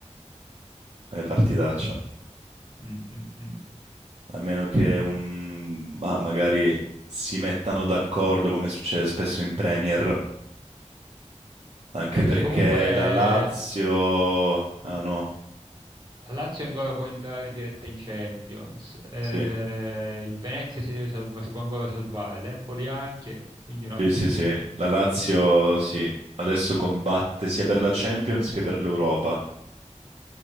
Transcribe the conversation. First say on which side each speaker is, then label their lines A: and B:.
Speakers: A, on the right (about 55°); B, on the right (about 35°).
A: è partitaccia.
B: Mm, mm, mm.
A: A meno che un... ma magari si mettano d'accordo come succede spesso in Premier, anche
B: Eh, perché
A: perché
B: comunque
A: la Lazio... Ah no,
B: La Lazio ancora può entrare diretta in Champions, eh,
A: sì,
B: il Venezia si deve salva- si può ancora salvare, l'Empoli anche, quindi una-
A: sì, sì, sì. La Lazio, sì, adesso combatte sia per la Champions che per l'Europa.